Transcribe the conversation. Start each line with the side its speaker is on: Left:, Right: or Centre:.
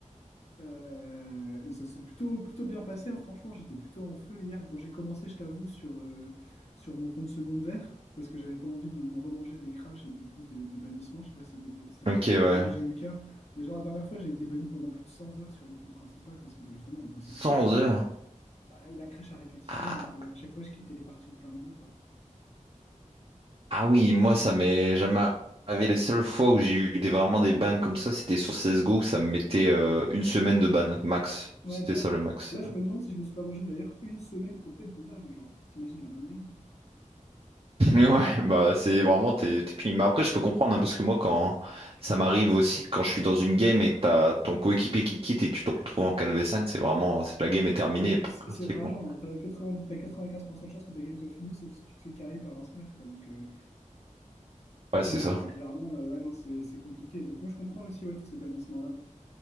Left: Euh, et ça s'est plutôt, plutôt bien passé, hein. Franchement, j'étais plutôt en feu hier. Bon, j'ai commencé, je t'avoue, sur, euh, sur mon compte secondaire parce que j'avais pas envie de me me remanger des crashs et du coup des, des bannissements. Je sais pas si t'as dé- si t'as-
Right: Ok, ouais.
Left: si t'as déjà eu le cas, mais genre la dernière fois, j'ai été banni pendant plus de 100 heures sur mon compte principal parce que bah, justement, mon PC
Right: Cent
Left: crashait, quoi.
Right: heures.
Left: Bah, il a crash à répétition,
Right: Ah,
Left: donc euh, à chaque fois, je quittais les parties en plein milieu, quoi.
Right: ah oui, moi, ça m'est jamais arrivé. Les seules fois où j'ai eu des, vraiment des bans comme ça, c'était sur CSGO où ça me mettait euh, une semaine de ban, max.
Left: Ouais,
Right: C'était
Left: bah
Right: ça le max.
Left: là, je me demande si je me suis pas mangé d'ailleurs une semaine complète de ban, genre, t'imagines la dinguerie?
Right: Mais ouais, bah c'est vraiment tes, tes feelings. Mais après, je peux comprendre, hein, parce que moi, quand ça m'arrive aussi, quand je suis dans une game et que t'as ton coéquipier qui quitte et tu te retrouves en 4v5, c'est vraiment, c'est, la game est terminée
Left: Ah, mais c'est
Right: pratiquement.
Left: c'est rageant. T'as 80, t'as 95% de chances que ta game soit finie, sauf si tu te fais carry par un smurf, quoi. Donc, euh,
Right: Ouais,
Left: donc
Right: c'est ça.
Left: euh, clairement, euh, ouais, non, c'est c'est compliqué. Donc, moi, je comprends aussi ouais, tous ces bannissements-là.